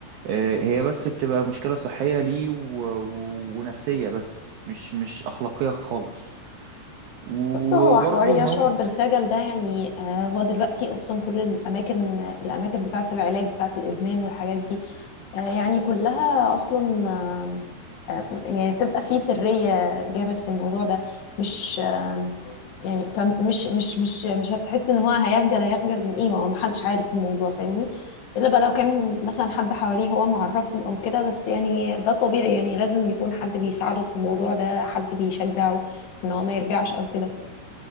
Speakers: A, on the right (about 80°); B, on the left (about 65°).
A: أه هي بس بتبقى مشكله صحيه ليه و- و- ونفسيه بس مش مش اخلاقيه خالص وبرضه
B: بص هو حوار يشعر
A: ان هو
B: بالخجل ده يعني آه، هو دلوقتي اصلا كل الاماكن الاماكن بتاعه العلاج بتاعه الادمان والحاجات دي آه، يعني كلها اصلا آه، آه، يعني بتبقى فيه سريه جامد في الموضوع ده مش آه، يعني فمش مش مش مش هتحس ان هو هيخجل هيخجل من ايه ما هو محدش عارف الموضوع فاهمني الا بقى لو كان مثلا حد حواليه هو معرفهم او كده بس يعني ده طبيعي يعني لازم يكون حد بيساعده في الموضوع ده حد بيشجعه ان هو ما يرجعش او كده